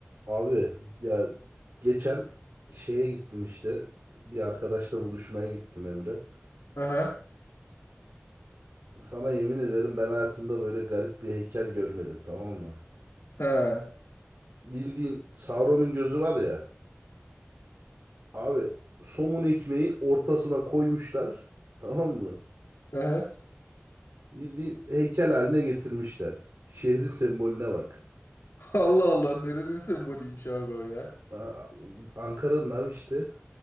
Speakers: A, on the right; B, on the left.
A: Abi ya geçen şeye gittim işte. Bir arkadaşla buluşmaya gittim Emre.
B: Aha.
A: Sana yemin ederim ben hayatımda böyle garip bir heykel görmedim tamam mı?
B: He.
A: Bildiğin Sauron'un gözü var ya. Abi somun ekmeği ortasına koymuşlar. Tamam mı?
B: Aha.
A: Bildiğin heykel haline getirmişler. Şehrin sembolüne bak.
B: Allah Allah nerenin sembolüymüş abi o ya.
A: Aa, Ankara'nın abi işte.